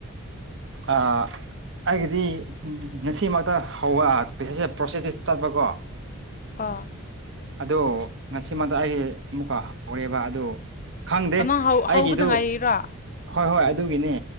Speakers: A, on the right; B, on the left.
A: ꯑꯩꯒꯤꯗꯤ ꯉꯁꯤꯃꯛꯇ ꯍꯧꯕ ꯄꯩꯁꯥꯁꯦ ꯄ꯭ꯔꯣꯁꯦꯁꯁꯦ ꯆꯠꯄꯀꯣ
B: ꯑꯣ
A: ꯑꯗꯣ ꯉꯁꯤꯃꯗ ꯑꯩ ꯑꯃꯨꯛꯀ ꯍꯧꯔꯦꯕ ꯑꯗꯣ ꯈꯪꯗꯦ
B: ꯅꯪ ꯍꯧ
A: ꯑꯩꯒꯤꯗꯨ
B: ꯍꯧꯕꯗ ꯉꯥꯏꯔꯤꯔꯣ
A: ꯍꯣꯏ ꯍꯣꯏ ꯑꯗꯨꯒꯤꯅꯦ